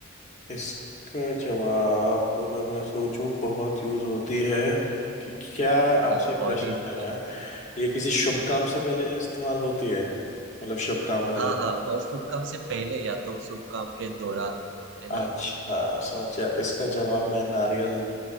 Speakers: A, on the left (about 35°); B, on the right (about 60°).
A: इसका जवाब अगर मैं सोचूं बहुत यूज होती है कि क्या
B: हाँ
A: आपसे एक प्रश्न
B: और भी
A: है मेरा
B: चाहिए
A: ये किसी शुभ काम से पहले इस्तेमाल होती है मतलब शुभ काम वाले
B: हाँ हाँ और शुभ काम से पहले या तो शुभ काम के दौरान है ना
A: अच्छा सोचा इसका जवाब मैं नारियल